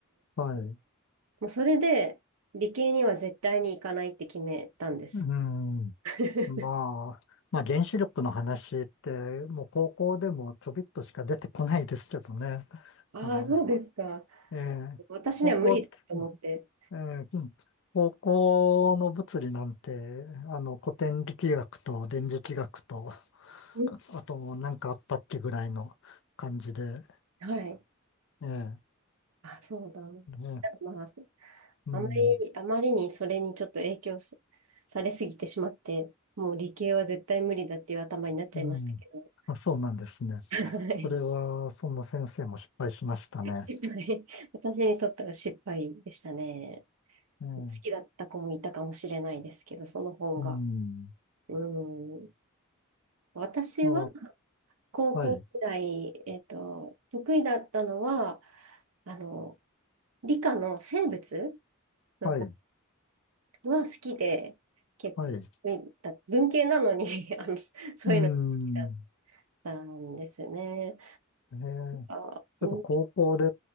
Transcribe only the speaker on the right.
もうそれで、理系には絶対に行かないって決めたんです。
<laughs>
ああ、
そうですか。
私には無理だと思って。
うん
はい。
あ、そうだ。なんか
まあ、
あまり、あまりにそれにちょっと影響すされすぎてしまって、もう理系は絶対無理だっていう頭になっちゃいましたけど、
はい
失敗。私にとっては失敗でしたね。
好きだった子もいたかもしれないですけど、その本が。
うん。私は
高校時代、
えっと、得意だったのは、あの、理科の生物の方
が好きで、結構、
えだ文系なのに <laughs> あの、そういうのが好きだっ
たんですね。
あ、
うん、